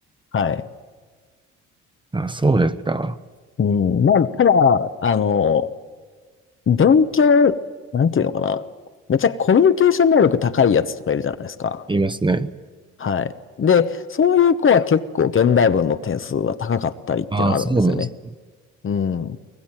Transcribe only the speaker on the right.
あ、そうですか。
言いますね。
ああ、そうなんです。